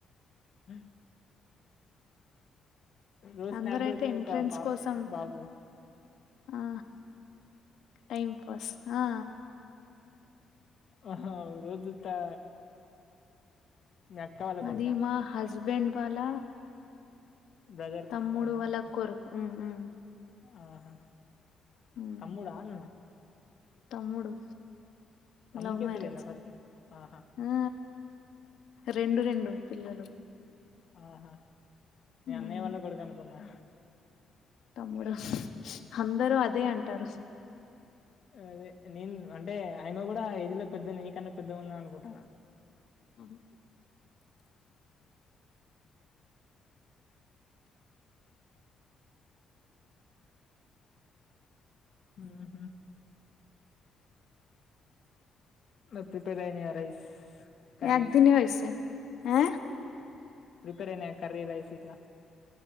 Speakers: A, on the left (about 55°); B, on the left (about 70°).
A: ఉ రోజు
B: అందరయితే
A: స్నాప్ పెడుతూ
B: ఎంట్రెన్స్
A: ఒక పాప
B: కోసం
A: బాబు
B: ఆ టైమ్ పాస్ ఆ
A: ఆహా రోజు త మీ అక్క వాళ్ళ
B: అది
A: కొడుకా
B: మా హస్బెండ్ వాళ్ళ
A: బ్రదర్స్
B: తమ్ముడు
A: అన్న
B: వాళ్ల కొడుకు ఉ ఉ
A: ఆహా
B: ఉమ్
A: తమ్ముడా అన్న న్న
B: తమ్ముడు
A: తమ్మునికే
B: లవ్ మ్యారేజ్
A: పెళ్ళయిందా ఫస్ట్ ఆహా
B: ఆ రెండు రెండు పిల్లలు
A: ఆహా మీ
B: ఉమ్,
A: అన్నయ్య వాళ్ళ కొడుకు అనుకున్నా
B: తమ్ముడు అందరూ అదే అంటారు
A: అదే నేను అంటే ఆయన కూడా ఏజ్లో పెద్ద నే నీకన్నా పెద్ద ఉన్నా అనుకుంటన్న
B: ఉహు
A: ఉహు మరి ప్రిపేర్ అయినయా రైస్ కర్రీస్
B: అది తిను వేస్తా ఆ
A: ప్రిపేర్ అయినా కర్రీ రైస్ ఇట్లా